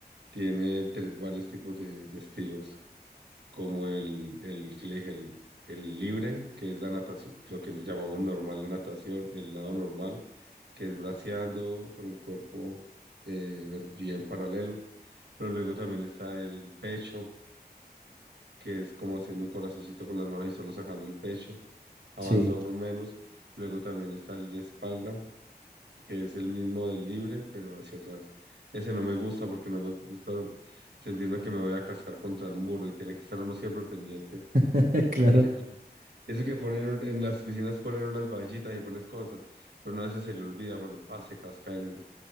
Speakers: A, on the right; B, on the right.
A: tiene tres- varios tipos de, de estilos. como el, el, que le dije, el, el libre, que es la natación, lo que llamamos normal la natación, el lado normal, que es braceando con el cuerpo eh, ver- bien paralelo. Pero luego también está el pecho, que es como haciendo un corazoncito con las manos y solo sacando el pecho, avanza
B: Sí,
A: uno menos. Luego también está el de espalda, que es el mismo del libre, pero hacia atrás. Ese no me gusta porque no me gusta sentirme que me voy a cascar contra el muro y tiene que estar uno siempre pendiente
B: <laughs> claro.
A: Imagínate. <laughs> Eso que ponen un- en las piscinas ponen unas vallitas y pones cosas, pero no a veces se le olvida cuando pase, casca en el.